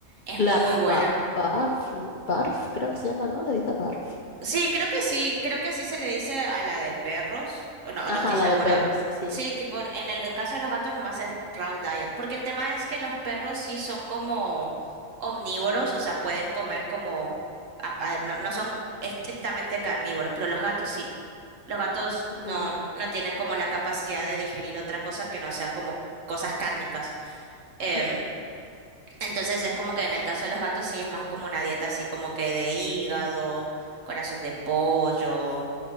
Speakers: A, on the right; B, on the left.
A: es muy
B: La
A: buena.
B: ba- barf, barf, creo que se llama, ¿no? La dieta barf.
A: Sí, creo que sí, creo que así se le dice a la de perros, o no, o
B: Ajá,
A: no estoy segura.
B: la de perros, sí.
A: Sí, tipo, en en el caso de los gatos nomás es raw diet, porque el tema es que los perros sí son como omnívoros, o sea, pueden comer como, a- a- no, no son estrictamente carnívoros, pero los gatos sí. Los gatos
B: Ujú,
A: no, no tienen como la capacidad de digerir otra cosa que no sea como cosas cárnicas. Em,
B: ujú.
A: entonces es como que en el caso de los gatos sí es más como una dieta así como que de hígado, corazón de pollo,